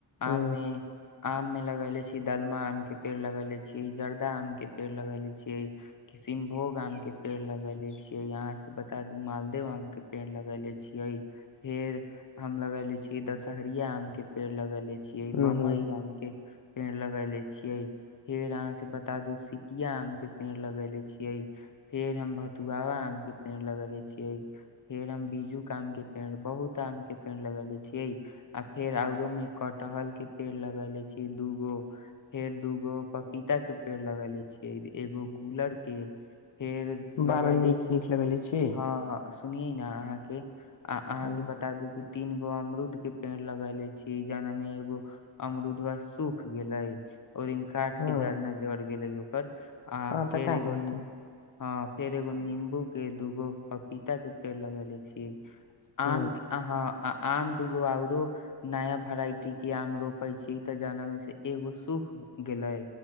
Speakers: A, on the left (about 45°); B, on the left (about 85°).
A: आममे
B: ह
A: आम मे लगेले छी दलमा आम के पेड़ लगेेले छी ई जर्दा आम के पेड़ लगेले छीयै किसमभोग आम के पेड़ लगेले छीयै, अहां से बता दू माल देव आम के पेड़ लगेले छीये फेर हम लगेले छीयै दशहरिया आम के पेड़ लगेलै छीयै
B: ह
A: बम्मे आम के पेड़ लगेले छियै फेर अहाँ से बता दू सिकिया आम के पेड़ लगेले छियै फेर हम भतुआवा आम के पेड़ लगेले छियै। फेर हम बीजूक आम के पेड़ बहुत आम के पेड़ लगेले छियै आ फेर औरो मे कटहल के पेड़ लगेलै छीयै दूगो फेर दूगो पपीता के पेड़ लगेले छियै एगो गुलर के। फेर लगैले
B: बड़ा नीक
A: छी
B: नीक लगेले छी
A: हां हाँ। सुनियै न अहाँके आ अहाँ
B: हूं
A: के बता दी कि तीनगो अमरूद के पेड़ लगेलै छी जना मे एगो अमरुदवा सूख गेलै। ओय दिन काट
B: हँ
A: के जड़ना जड़ी गेलै ओकर आ
B: हँ
A: फेर
B: तऽ का
A: एगो
B: करतै
A: न हां। फेर एगो नींबू के दूगो पप पीता के पेड़ लगेलै छीयै। आम
B: ह
A: के आहाँ आ आम दूगो औरो नया वेराइटी के आम रोपे छी तऽ जोना मे से एगो सूख गेलै।